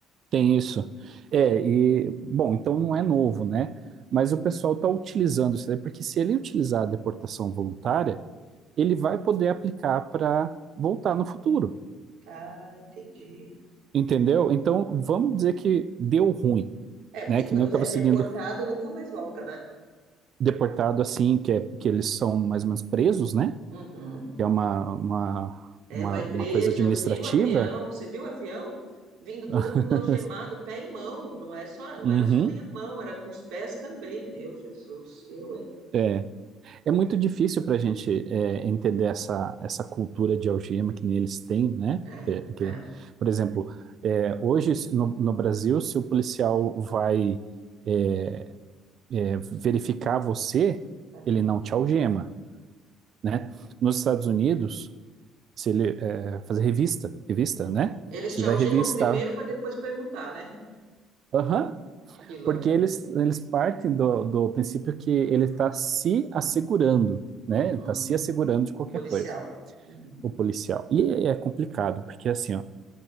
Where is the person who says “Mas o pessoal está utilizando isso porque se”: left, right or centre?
Right